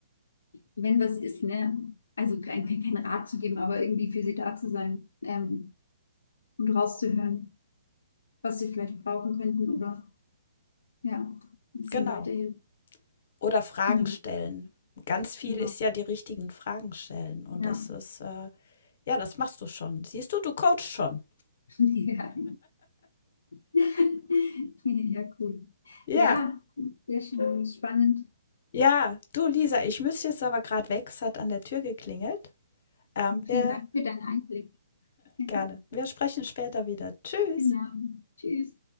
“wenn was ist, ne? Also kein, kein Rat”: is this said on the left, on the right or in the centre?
Left